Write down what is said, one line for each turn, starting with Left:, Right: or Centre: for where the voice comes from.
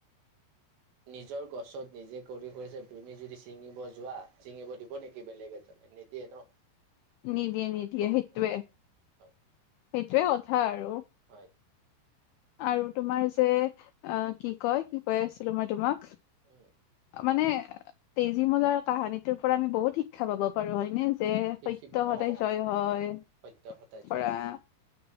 Right: নিজৰ গছত নিজে কৰি কৰিছে তুমি যদি চিঙিব যোৱা ছিঙিব দিব নেকি বেলেগ এ। নিদিযে ন।
Left: নিদিয়ে নিদিয়ে সেইটোৱে
Right: উম,
Left: সেইটোৱে
Right: হয়
Left: কথা আৰু।
Right: হয়-
Left: আৰু তোমাৰ যে অ কি কয় কি কৈ আছিলো মই তোমাক-
Right: অ-
Left: মানে তেজীমলাৰ কাহানীটোৰ পৰা আমি বহুত শিক্ষা পাব পাৰো হয়নে- যে সত্য
Right: শিকিব
Left: সদা
Right: অ অ
Left: জয় হয়
Right: সত্য সদায়
Left: <unintelligible>
Right: জয়